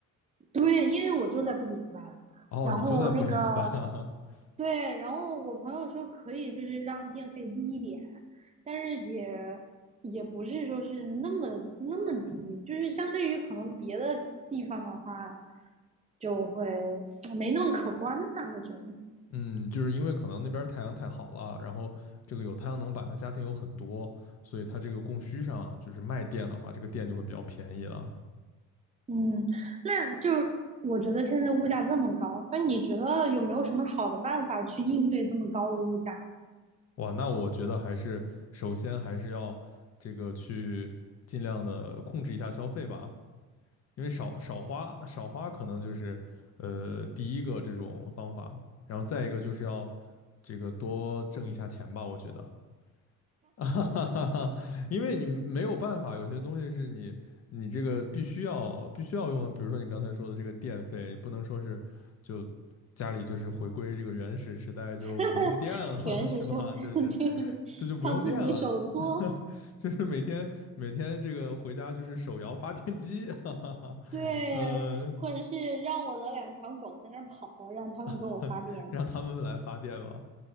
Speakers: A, on the right (about 20°); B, on the left (about 45°).
A: 对，因为我就在布里斯班，
B: 哦，
A: 然后那个
B: 你就在布里斯班啊。<laughs>
A: 对，然后我朋友说可以，就是让电费低一点，但是也也不是说是那么那么低，就是相对于可能别的地方的话，就会没那么可观吧，我觉得。
B: 嗯，就是因为可能那边太阳太好了，然后这个有太阳能板的家庭有很多，所以它这个供需上就是卖电的话，这个电就会比较便宜了。
A: 嗯，那就是我觉得现在物价这么高，那你觉得有没有什么好的办法去应对这么高的物价？
B: 哇，那我觉得还是首先还是要这个去尽量的控制一下消费吧，因为少少花少花可能就是呃第一个这种方法，然后再一个就是要这个多挣一下钱吧，我觉得。<laughs> 啊哈哈哈哈，因为你没有办法，有些东西是你你这个必须要必须要用的，比如说你刚才说的这个电费，不能说是就家里就是回归这个原始时代就不用电了，
A: <laughs> 原始社会就是靠自己手搓，
B: <laughs> 是吧？就是这就不用电了，<laughs> 就是每天每天这个回家就是手摇发电机，<laughs> 哈哈哈，
A: 对，
B: 呃，
A: 或者是让我的两条狗在那儿跑，让他们给我发电。
B: <laughs> 让他们来发电吧，